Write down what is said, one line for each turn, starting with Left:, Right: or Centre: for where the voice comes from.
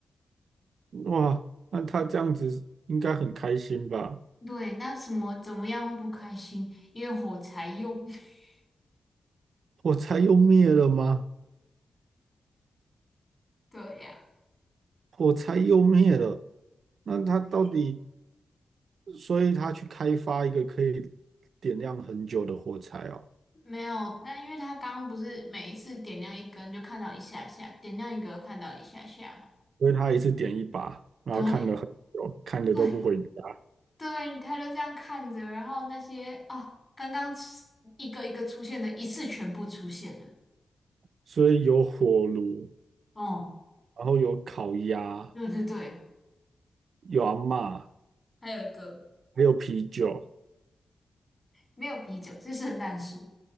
Right: 哇，那他这样子应该很开心吧？
Left: 对，那什么怎么样会不开心？因为火柴用 <laughs>
Right: 火柴又灭了吗？
Left: 对呀、
Right: 火柴又灭了，那他到底，所以他去开发一个可以点亮很久的火柴哦，
Left: 没有，但因为他刚刚不是每一次点亮一根就看到一下下，点亮一个又看到一下下嘛。
Right: 所以他一次点一把，然后看了很久，
Left: 对哦
Right: 看的都不回家，
Left: 对对，他就这样看着，然后那些哦，刚刚出一个一个出现的，一次全部出现了。
Right: 所以有火炉，
Left: 哦，
Right: 然后有烤鸭，
Left: 对对对，
Right: 有阿嬷，
Left: 还有一个
Right: 还有啤酒，
Left: 没有啤酒，是圣诞树。